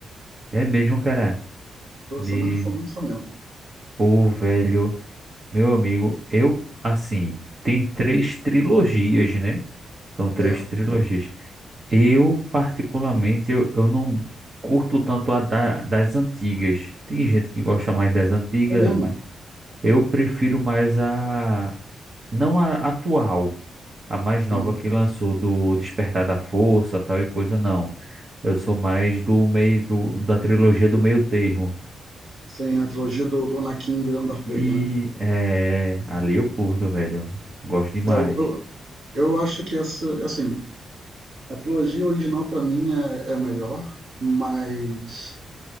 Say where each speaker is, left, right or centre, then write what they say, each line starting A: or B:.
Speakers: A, on the right (about 30°); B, on the right (about 80°).
A: É mesmo, cara.
B: Eu
A: Me...
B: sou muito fã, muito fã mesmo.
A: Pô, velho. Meu amigo, eu, assim, tem três trilogias, né? São três
B: É,
A: trilogias. Eu, particularmente, eu, eu não curto tanto a da- das antigas. Tem gente que gosta mais das antigas,
B: é mesmo.
A: mas eu prefiro mais a... Não a atual, a mais nova
B: Hum.
A: que lançou do Despertar da Força, tal e coisa, não. Eu sou mais do meio do, da trilogia do meio termo.
B: Sim, a trilogia do, do Anakin virando Darth Vader,
A: E
B: né?
A: é, ali eu curto, velho. Gosto demais.
B: É, eu, eu, eu acho que essa, assim, a trilogia original pra mim é, é melhor, mas